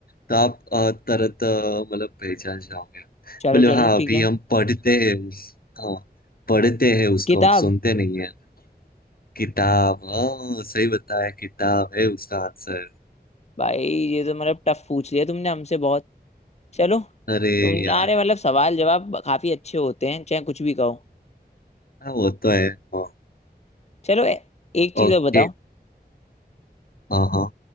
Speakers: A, on the left; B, on the left.
A: तो आप अ, तरत अ, मतलब पहचान जाओगे
B: चलो
A: मतलब
B: चलो
A: हाँ
B: ठीक
A: अभी
B: है
A: हम पढ़ते हैं उस हाँ पढ़ते हैं उसको
B: किताब
A: सुनते नहीं है किताब हाँ सही बताया किताब है उसका आंसर
B: भाई ये तो मतलब टफ पूछ लिया तुमने हमसे बहुत चलो
A: अरे
B: तुम्हारे
A: यार
B: मतलब सवाल जवाब काफी अच्छे होते हैं चाहे कुछ भी कहो
A: हाँ वो तो है हाँ
B: चलो ए, एक चीज
A: ओके
B: और बताओ
A: हाँ हाँ